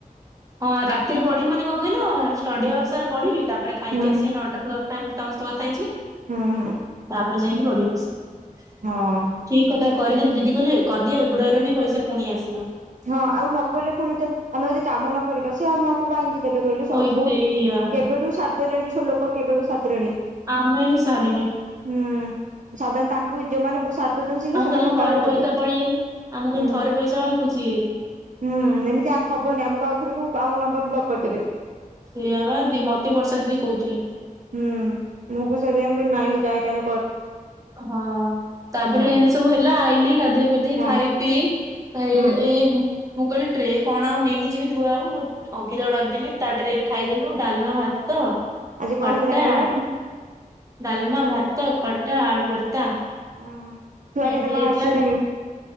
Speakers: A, on the right (about 25°); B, on the right (about 60°).
A: ହଁ ରାତିରେ ପଢିବି ମାନେ କଣ କହିଲ ଷ୍ଟଡି
B: ହୁଁ
A: ଆୱର୍ ସାର ପଢିବି ତାପରେ ଖାଇକି
B: ହୁଁ
A: ଆସିକି ନଅଟା। ତମତି ତମ ସହ କଥା ହେଇଯିବି।
B: ହଁ ହଁ
A: ତାରେ ଯାଇକି ପଡିିବ ବସକି।
B: ହଁ
A: ଠିକ କଥା କରିଦେଲେ ଦିଦି କହିଲେ କରିଦିଅୁଡ ର ବି ପଇସ ପୁଣି ଆସିବ।
B: ହଁ ଆଉ ନକହଲେ ପୁଣି ତ ଆମେ ଯଦି କାମ ନ କରିବା ସେ ଆଉ ମା କଙ୍କୁ କାହିଁକି। କେବେ କହିଲୁ
A: ପଇ
B: ବହୁତ
A: ସେଇଆ
B: କେବେଠୁ ସାରିଦେଲେଣି ଛୁ ଲୋକ କେବେଠୁ ସାରିଦେଲେଣି।
A: ଆମେ ହିଁ ସାରି ନେ।
B: ହୁଁ ସାଧାରଣ ତାଙ୍କୁ ଯୋଉମାନେ ଦଉଛନ୍ତି ଶୀଘ୍ର
A: ଆମକୁ
B: ସେମାନଙ୍କୁ
A: କହିଲି ଥରେ
B: କାମ
A: ପଇସା
B: ଦେବେ
A: ପେଳେଇ ଅଇଲେ ଆମକୁ
B: ହୁଁ
A: କହିଲି ଥରେ ପଇସା ଆମେ ଖୁସି ହେଇଲେ।
B: ହୁଁ ଏମିତି ଆ ହବନି ଆମକୁ ଆଉଥରକୁ ଆମ ନମ୍ବର ବ୍ଲକ କରିଦେବେ।
A: ସେଇଆବା ମତେ ବର୍ଷା ଦିଦି କହୁଥିଲେ।
B: ହୁଁ ମୁଁ ସେପାଇଁ ମୁଁ ନାଇଁ ମୁଁ ଯାଇଁଥା
A: ହଁ ତାପରେ
B: ହଁ
A: ଏନିତି ସବୁ ହେଲା ଆଇଲି ଗାଧେଇ ପଧେଇ
B: ହଁ
A: ଖାଇ ପିଇ ଏଇ
B: ହୁଁ
A: ମୁଁ କହିଲି ଟ୍ରେ କଣ ଆଉ ନେଇକି ଯିବି ଧୂଆ ହବ ମୁଁ ଅଙ୍କିତାକୁ ଡାକିଦେଲି ତା ଟ୍ରେରେ ଖାଇଦେଲୁ ଡାଲମା ଭାତ
B: ଆଜି କଣ
A: ଖଟା।
B: ହେଇଥିଲା ଖାଇବା
A: ଡାଲମା ଭାତ ଖଡ଼ା ଆଳୁ ଭର୍ତ୍ତା।
B: ଓହୋ ଛୁଆ
A: ଏମିତି
B: କେତେ କଣ
A: ହେଇଥିଲା
B: ଆସିଲେଣି।